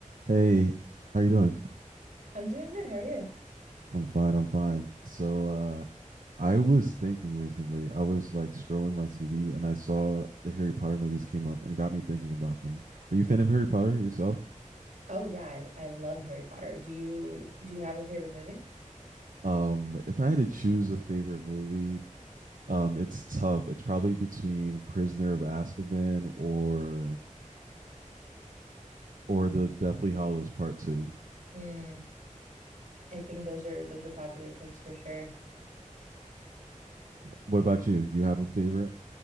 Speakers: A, on the right; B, on the right.
A: Hey, how you doing?
B: I'm doing good. How are you?
A: I'm fine, I'm fine. So uh I was thinking recently, I was like scrolling my TV and I saw the Harry Potter movies came up and it got me thinking about them. Are you a fan of Harry Potter yourself?
B: Oh yeah, I I love Harry Potter. Do you do you have a favorite movie?
A: Um, if I had to choose a favorite movie, um, it's tough. It's probably between Prisoner of Azkaban or or the Deathly Hallows Part Two.
B: Mm, I think those are those are popular picks for sure.
A: What about you? Do you have a favorite?